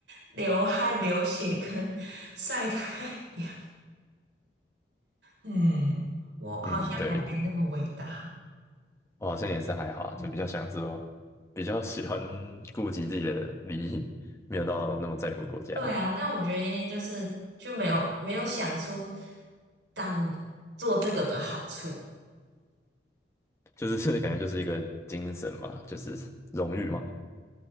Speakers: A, on the right; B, on the left.
A: 流汗、流血跟晒太阳。嗯，我好像还没那么伟大。
B: 嗯，对，我好像也是还好啊就比较想说，比较喜欢顾及自己的利益，没有到那么在乎国家的，
A: 对啊，但我觉得应该就是就没有没有想出当做这个的好处。
B: 就是 <laughs> 感觉就是一个精神嘛，就是荣誉嘛。